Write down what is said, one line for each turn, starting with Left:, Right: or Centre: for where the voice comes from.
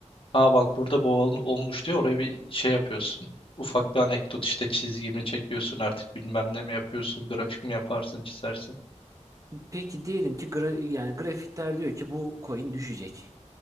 Left: Ha bak burada bu ol- olmuş diyor oraya bir şey yapıyorsun. Ufak bir anekdot işte çizgi mi çekiyorsun artık bilmem ne mi yapıyorsun grafik mi yaparsın çizersin.
Right: Peki diyelim ki gra yani grafikler diyor ki bu coin düşecek.